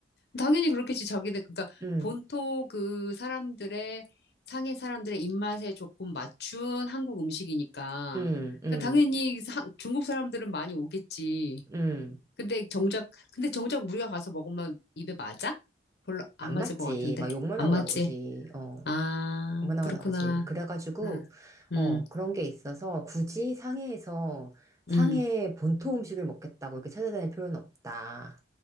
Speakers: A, on the left (about 65°); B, on the right (about 20°).
A: 당연히 그렇겠지. 자기들, 그러니까
B: 음,
A: 본토 그 사람들의, 상해 사람들의 입맛에 조금 맞춘 한국 음식이니까.
B: 음, 음,
A: 그러니까 당연히 사- 중국 사람들은 많이 오겠지.
B: 음.
A: 근데 정작, 근데 정작 우리가 가서 먹으면 입에 맞아? 별로 안
B: 안
A: 맞을
B: 맞지.
A: 것 같은데.
B: 막 욕만
A: 안
B: 하고
A: 맞지?
B: 나오지. 어,
A: 아,
B: 만화가
A: 그렇구나.
B: 나오지. 그래가지고,
A: 응, 응,
B: 어, 그런 게 있어서 굳이 상해에서 상해
A: 응.
B: 본토 음식을 먹겠다고 이렇게 찾아다닐 필요는 없다.